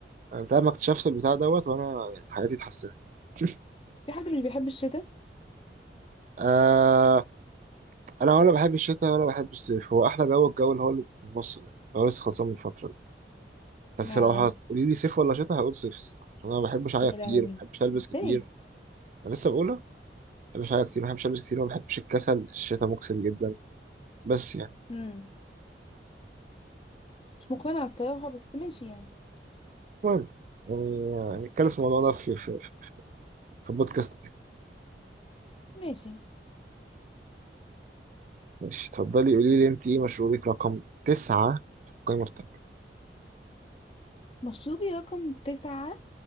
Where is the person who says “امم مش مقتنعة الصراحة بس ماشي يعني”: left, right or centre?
Left